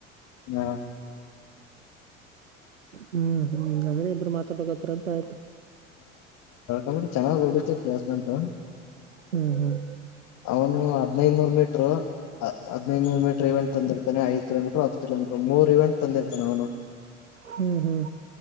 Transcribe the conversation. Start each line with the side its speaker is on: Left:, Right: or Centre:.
Left: ಹ್ಮ
Right: ಹ್ಮ್ ಹ್ಮ್ ಅಂದ್ರೆ ಇಬ್ಬರು ಮಾತಾಡಕೋತರದ ಆಯ್ತು
Left: ಅಂದ್ರೆ ಚೆನ್ನಾಗಿ ಹೊಡಿತೀವಿ ಪ್ಲೇಸ್ಮೆಂಟ್
Right: ಹ್ಮ್ ಹ್ಮ್
Left: ಅವನು ಹದ್ನೈದನೂರ್ ಮೀಟ್ರು ಹದಿನೈದು ನೂರು ಮೀಟರ್ ಇವೆಂಟ್ ತಂದಿತಾನೆ ಐದು ಕಿಲೋಮೀಟರ್ ಹತ್ತು ಕಿಲೋಮೀಟರ್ ಮೂರ್ವೆಂಟ್ ತಂದಿರ್ತಾನ ಅವನು
Right: ಹ್ಮ್ ಹ್ಮ್